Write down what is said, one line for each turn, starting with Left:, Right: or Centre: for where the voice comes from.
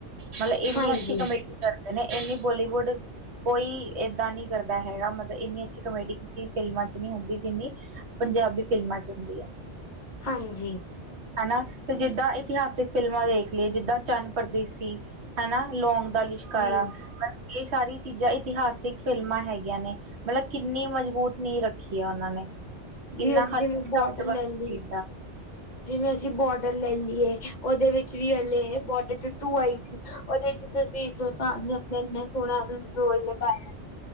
Right: ਮਤਲਬ ਏਨੀ
Left: ਹਾਂਜੀ
Right: ਅੱਛੀ ਕਮੇਡੀ ਕਰਦੇ ਨੇ, ਏਨੀ ਬੋਲੀਵੁੱਡ ਕੋਈ ਏਦਾਂ ਨੀ ਕਰਦਾ ਹੈਗਾ ਮਤਲਬ ਏਨੀ ਅੱਛੀ ਕਾਮੇਡੀ ਕਿਸੇ ਫਿਲਮਾਂ ਚ ਨਹੀਂ ਹੁੰਦੀ, ਜਿੰਨੀ ਪੰਜਾਬੀ ਫਿਲਮਾਂ ਚ ਹੁੰਦੀ ਐ।
Left: ਹਾਂਜੀ।
Right: ਹਨਾ ਤੇ ਜਿੱਦਾਂ ਇਤਿਹਾਸਿਕ ਫਿਲਮਾਂ ਵੇਖ ਲਈਏ, ਜਿੱਦਾਂ ਚੰਦ ਪ੍ਰਦੇਸੀ, ਹਨਾ ਲੌਂਗ ਦਾ ਲਿਸ਼ਕਾਰਾ।
Left: ਜੀ
Right: ਮਤਲਬ ਇਹ ਸਾਰੀ ਚੀਜ਼ਾਂ ਇਤਿਹਾਸਿਕ ਫਿਲਮਾਂ ਹੈਗੀਆਂ ਨੇ, ਮਤਲਬ ਕਿੰਨੀ ਮਜ਼ਬੂਤ ਨੀਂਹ ਰੱਖੀ ਹੈ ਓਨਾਂ ਨੇ। ਕਿੰਨਾ
Left: ਜੀ ਅਸੀਂ
Right: ਹਲਕੀ
Left: ਜਿਵੇਂ ਬੋਟਲ
Right: ਸ਼ਬਦ ਵਰਤੀ
Left: ਲੈ ਲਈ,
Right: ਦਾ
Left: ਜਿਵੇਂ ਅਸੀਂ ਬੋਟਲ ਲੈ ਲਈਏ, ਉਹਦੇ ਵਿੱਚ ਵੀ ਹਲੇ ਬੋਟਲ ਟੂ ਆਈ ਸੀ, ਉਹਦੇ ਚ ਤੁਸੀਂ ਸ ਆਪਣਾ ਇੰਨਾ ਸੋਹਣਾ ਰੋਲ ਲਗਾਇਆ।